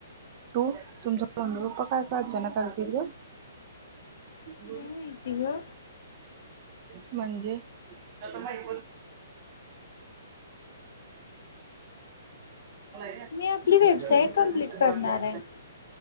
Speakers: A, on the right (about 25°); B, on the left (about 55°).
A: तू तुमचा मम्मी पप्पा का अस अचानक आलतीत ग
B: काय
A: <unintelligible>
B: माहिती ग
A: म्हणजे सुधारलंय घ्या
B: मी आपली वेबसाईट
A: पोरींच्यात
B: कंप्लीट
A: सगळ
B: करणार
A: ह्या
B: आहे